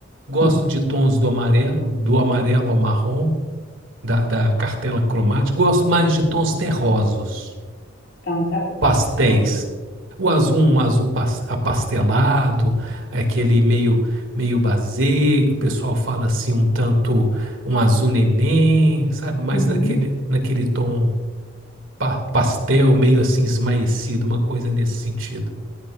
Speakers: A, on the right; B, on the left.
A: gosto
B: Hum,
A: de tons do amarelo, do amarelo ao marrom, da, da cartela cromática, gosto mais de tons terrosos.
B: Então, tá bom.
A: pastéis.
B: Tá.
A: O azul, um azul pas- apastelado, aquele meio meio basé, que o pessoal fala assim um tanto um azul neném, sabe? Mas
B: Uhum.
A: naquele naquele tom pa- pastel, meio assim esmaecido, uma coisa nesse sentido.